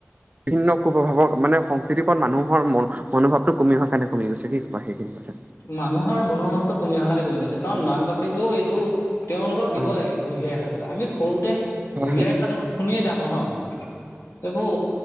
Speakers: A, on the right (about 35°); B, on the left (about 80°).
A: বিভিন্ন কুপভাৱৰ মানে সংস্কৃতিৰ ওপৰত মানুহৰ মন মনোভাৱটো কমি অহা কাৰণে কমি গৈছে কি ক সেইখিনি কথা।
B: মানুহৰ মনোভাৱটো কমি অহালে কমি গৈছে কাৰণ মাক বাপেকেও এইটো তেওঁলোকক দিব
A: অ
B: লাগে বুঢ়ী আই সাধু কথা। আমি সৰুতে
A: হয়
B: বুঢ়ী আই সাধু শুনিয়ে ডাঙৰ হয়। এইবোৰ